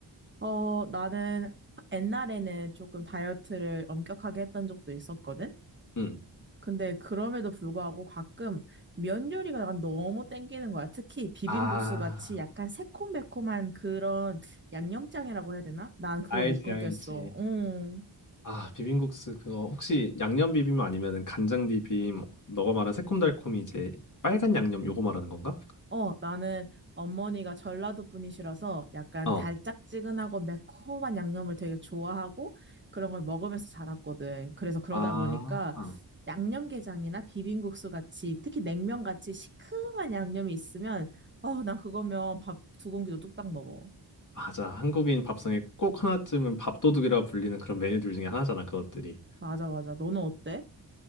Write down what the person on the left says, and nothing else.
응
아,
알지,
알지.
아, 비빔국수 그거 혹시 양념 비빔 아니면은 간장 비빔 너가 말한 새콤달콤이 이제 빨간 양념 요거 말하는 건가?
어.
아,
아,
맞아. 한국인 밥상에 꼭 하나쯤은 밥도둑이라 불리는 그런 메뉴들 중에 하나잖아, 그것들이.